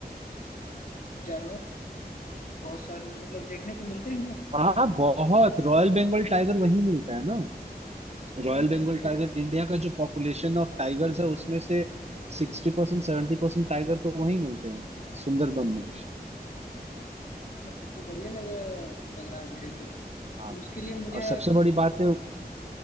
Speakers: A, on the left (about 55°); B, on the right (about 40°).
A: जानवर बहुत सारे मतलब देखने को मिलते हैं ना
B: हाँ बहुत रॉयल बंगाल टाइगर वहीं मिलता है ना
A: हाँ,
B: रॉयल बंगाल
A: तो
B: टाइगर इंडिया का जो पॉपुलेशन ऑफ टाइगर्स है उसमें से sixty percent seventy percent tiger तो वहीं मिलते हैं सुंदरबन में
A: सबको बढ़िया लग लग रहा है मेरे को तो
B: हाँ
A: उसके लिए मुझे
B: और सबसे बड़ी बात है